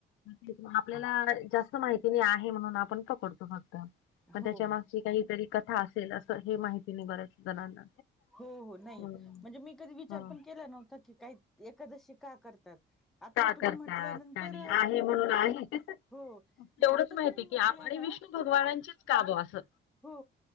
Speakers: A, on the left; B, in the centre.
A: ते आपल्याला जास्त माहिती नाही आहे म्हणून, आपण पकडतो फक्त. मग
B: हो
A: त्याच्या
B: हो
A: मागची काहीतरी कथा असेल असं, हे माहिती नाही बरच जणांना.
B: हो हो नाही,
A: हम्म
B: म्हणजे मी कधी विचार
A: हा
B: पण केला नव्हता की काही एकादशी का करतात? आता
A: का
B: तुम्ही
A: करतात
B: म्हटल्यानंतर
A: का नाही आहे म्हणून आहे ते
B: हो,
A: तेवढंच
B: नाही आता
A: माहिती
B: तुम्ही म्हटल्या
A: की आप आणि
B: ना
A: विष्णू भगवानांचीच कावं असं
B: हो,